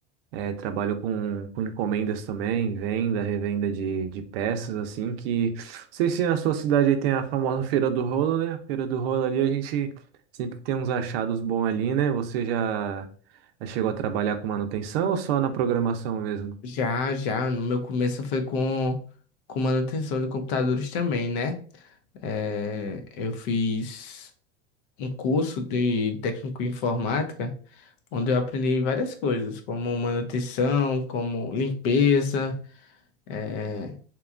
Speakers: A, on the right; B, on the left.
A: É, trabalho com, com encomendas também, venda, revenda de, de peças, assim, que... Não sei se na sua cidade aí tem a famosa Feira do Rolo, né? A Feira do Rolo ali, a gente sempre tem uns achados bons ali, né? Você já, já chegou a trabalhar com manutenção ou só na programação mesmo?
B: Já, já, no meu começo foi com, com manutenção de computadores também, né? É, eu fiz um curso de técnico em informática, onde eu aprendi várias coisas, como manutenção, como limpeza. É,